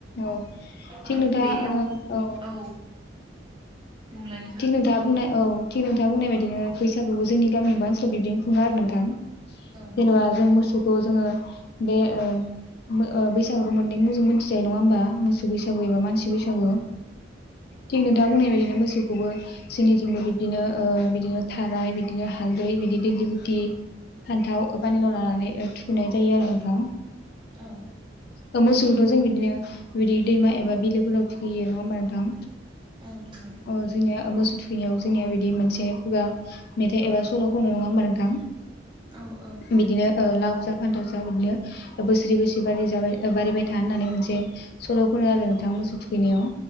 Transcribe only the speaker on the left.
औ थिग
नोंथाङा
ओ
थिक नोंथांआ बुंनाय औ थिग नोंथाङा बुंनाय बादिनो बैसागुखौ जोंनि गामि एबा ओनसोलाव बिबदिनो खुङो आरो नोंथां।
जेनबा जों मोसौ खौ जोङो बे ओ मो ओ बैसागु मोननै मुंजों मोनथिजायो नङा होमबा मोस सौ बैसागु एबा मानसि
बैसागु थिग नोंथाङा बुंनाय बायदिनो मोसौखौबो सोरनिथिंबो बिबदिनो ओ बिदिनो थाराय बिदिनो हालदै बिदि दिगलिथि फान्थाव ओ फानिलाव लानानै ओ थुखैनाय जायो आरो नोंथां।
ओ मोसौखौथ' जों बिदिनो बिदि दैमा एबा बिलोफोराव थुखैयो नङा होमबा नोंथां?
अ जोंनिया मोसौ थुखौनायाव जोंनिया बिदि मोनसे खुगा मेथाइ एबा सल' खनो नङा होमबा नोंथां
बिदिनो लाव जा फान्थाव जा बिदिनो बोसोरै बोसोरै जाबाय ओ बारिबाय था होननानै मोनसे सल' खनो आरो नोंथां मोसौ थुखैनायाव।